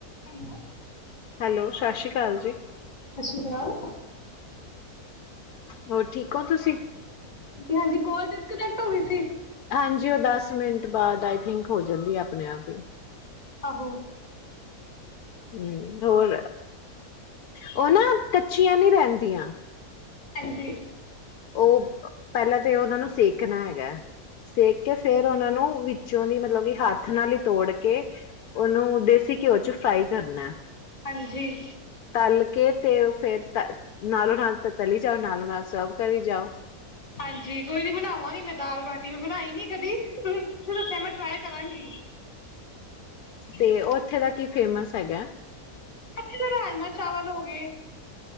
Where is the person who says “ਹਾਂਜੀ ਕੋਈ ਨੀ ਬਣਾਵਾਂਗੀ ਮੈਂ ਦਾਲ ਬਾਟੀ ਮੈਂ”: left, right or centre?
Left